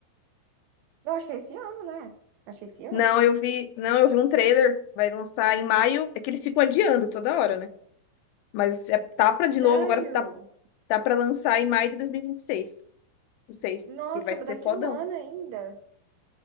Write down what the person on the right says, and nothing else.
Não, acho que é esse ano, né? Acho que é esse ano.
Sério?
Nossa,
mas daqui
a um ano ainda.